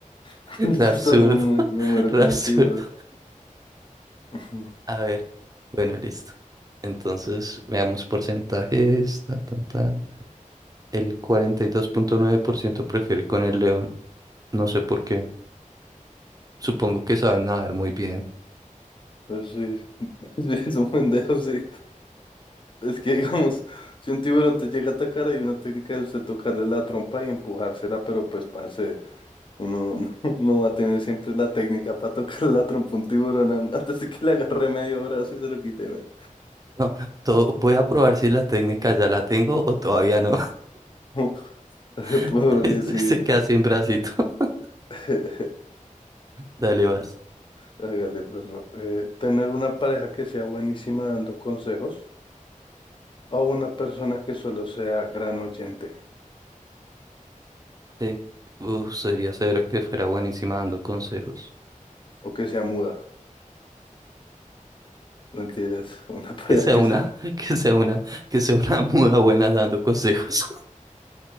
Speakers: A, on the left; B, on the right.
A: <laughs>
B: Re
A: Hasta
B: absurdo,
A: me muero, me muero
B: <laughs> re
A: con
B: absurdo.
A: el tiburón. <laughs>
B: A ver, bueno, listo. Entonces, veamos porcentajes, tan, tan, tan. El cuarenta y dos punto nueve por ciento prefiere ir con el león. No sé por qué. Supongo que saben nadar muy bien.
A: Pues sí, <laughs> sí, es un pendejo, sí. Es que, <laughs> digamos, si un tiburón te llega a atacar, hay una técnica de usted tocarle la trompa y empujársela, pero pues, parce, uno no, <laughs> no va a tener siempre la técnica para tocar la trompa a un tiburón an- <laughs> antes de que le agarre medio brazo y se lo quite,
B: No, todo, voy a probar si la técnica ya la tengo o todavía no.
A: güey. <laughs>
B: <laughs>
A: Pobre,
B: Esto
A: sí.
B: se queda sin bracito. <laughs>
A: <laughs>
B: Dale, vas.
A: Hágale, perro. Eh, tener una pareja que sea buenísima dando consejos o una persona que solo sea gran oyente
B: Eh, uf, sería severo que fuera buenísima dando consejos.
A: o que sea muda. Mentiras, <laughs> una pareja
B: Que sea
A: que...
B: una,
A: so-
B: <laughs> que sea una, que sea una muda buena dando consejos.